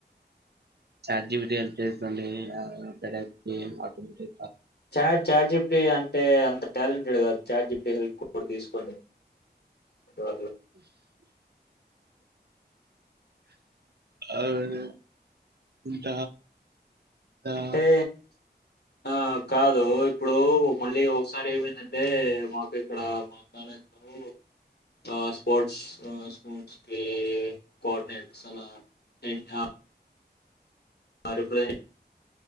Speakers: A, on the right; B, on the left.
A: చాడ్జి పి టి హెల్ప్ జేస్సుంది లే అంతగైతే అతనికి
B: Chad ChatGPT అంటే అంత టాలెంటెడ్ కాదు చాట్ జీపిటి అసల్ కు ఇప్పుడు తీసుకుని కాదు
A: అవదు ఇంత ఆ
B: అంటే ఆ కాదు ఇప్పుడు మళ్ళీ ఒకసారి ఏమైన్ ఎందంటే మాకు ఇక్కడ మా కాలేజ్ లో ఆ స్పోర్ట్స్ ఆ స్పొర్ట్స్ కి కోఆర్డినేటర్స్ అలా ఇంక అ రిప్రజెంట్